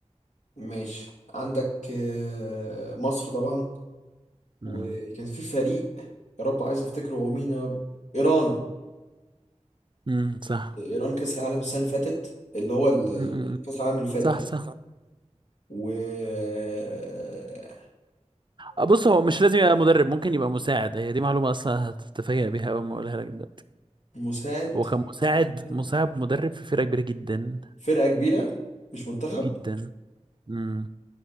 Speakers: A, on the left (about 80°); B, on the right (about 40°).
A: ماشي عندك آه، مصر طبعا
B: مم.
A: وكان في فريق يا رب عايز افتكره هو مين يا رب ايران
B: مم. صح
A: ايران كاس العالم السنة اللي فاتت اللي هو ال- يعني
B: مم. مم.
A: كاس العالم اللي فات ده
B: صح صح
A: وتالت
B: بص هو مش لازم يبقى مدرب ممكن يبقى مساعد هي دي معلومة أصلا هتتفاجأ بيها أول ما أقولها لك دلوقتي
A: مساعد
B: هو كان مساعد
A: مش مساعد.
B: مساعد مدرب في فرقة كبيرة جدا
A: فرقة كبيرة مش منتخب
B: جدا مم.